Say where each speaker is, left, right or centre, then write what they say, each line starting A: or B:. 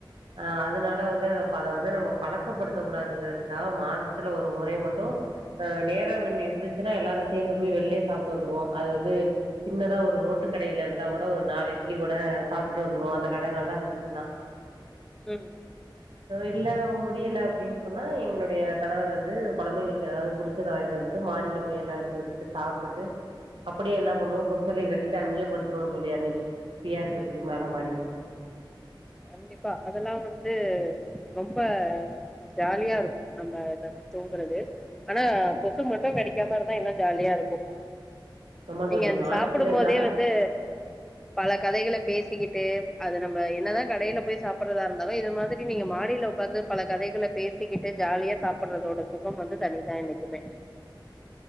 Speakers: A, on the right; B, in the centre.
A: ஆ அதனால வந்து அதப் அத வந்து நம்ம பழக்கப்படுத்தக்க கூடாதுங்கிறதுக்காக மாதத்துல ஒரு முறை மட்டு ஆ நேரமின்மை இருந்துச்சுன்னா எல்லாரு சேந்து போய் வெளியிலேயே சாப்பிட்டு வந்துருவோ அது வந்து சின்னதா ஒரு ரோட்டு கடையில இருந்தா கூட ஒரு நாலு இட்லி கூட சாப்பிட்டுட்டு வந்துருவோ அந்த கட நல்லா இருந்துச்சுன்னா
B: உம்
A: இல்ல முடியல அப்டின்னு சொன்னா என்னுடைய கணவர் வந்து கொழந்தைங்களுக்கு ஏதாவது புடிச்சத வாங்கிட்டு வந்துட்டு மாடியில போய் எல்லா எடுத்து வச்சுட்டு சாப் ட்டு அப்டியே என்ன பண்ணுவோ கொசுவலைய கட்டிட்டு அங்கேயே படுத்துருவோ தோழி அன்னைக்கு ஃப்ரீயா இருக்கிறதுக்கு மேல மாடியில
B: கண்டிப்பா அதெல்லா வந்து ரொம்ப ஜாலியா இருக்கு நம்ம இத தூங்குறது ஆனா கொசு மட்டு கடிக்காம இருந்தா இன்னு ஜாலியா இருக்கு
A: ஆமா
B: நீங்க
A: தோழி
B: அந்த
A: மாடிங்கிறதுனால
B: சாப்பிடு போதே வந்து பல கதைகள பேசிக்கிட் டே அது நம்ம என்னதா க கடையில போய் சாப்பிடுறதா இருந்தாலு இது மாதிரி நீங்க மாடியில உக்காந்து பல கதைகள பேசிக்கிட்டு ஜாலியா சாப்பிடுறதோட சுகம் வந்து தனிதா என்னைக்குமே